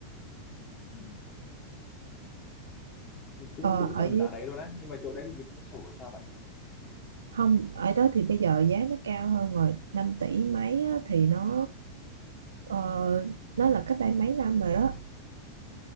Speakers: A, on the left; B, on the right.
A: ừ. cũng
B: ờ,
A: cũng
B: ở
A: tầm giá đấy luôn á nhưng mà chỗ đấy thì không có sổ hay sao bạn ạ
B: không ở đó thì bây giờ giá nó cao hơn rồi 5 tỷ mấy á, thì nó ờ, nó là cách đây mấy năm rồi đó